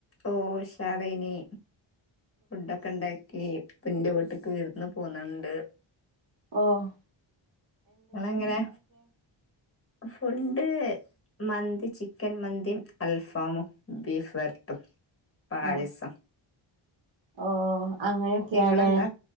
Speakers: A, on the left (about 25°); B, on the right (about 60°).
A: ഓഹ് ഉഷാറേയ്നി ഫുഡൊക്കെണ്ടാക്കി ഇപ്പ്‌ന്റെ വീട്ട്ക്ക് വിരുന്ന് പോന്നുണ്ട്
B: ഓഹ്
A: ങ്ങളെങ്ങനാ ഫുഡ് മന്തി ചിക്കൻ മന്തീം അൽഫാമും ബീഫ് വരട്ടും പായസം
B: ഓ ഓ അങ്ങനെയൊക്കെയാല്ലേ
A: നിങ്ങളെന്താ